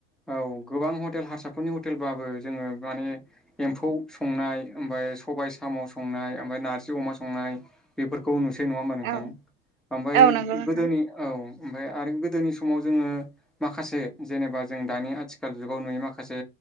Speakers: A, in the centre; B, on the right.
A: औ गोबां हटेल हारसाफोरनि हटेलबाबो जोङो माने एम्फौ संनाय ओमफ्राय सबाय स' संनाय म नारजि अमा संनाय बेफोरखौ नु नङा हबा नोंथां
B: औ
A: ओमफ्राय
B: औ नंगौ नोंथां
A: गोदोनि औ ओमफ्राय आरो गोदोनि माव जोङो माखासे जेनेबा जों दानि आथिखाल जुाव नुयो माखासे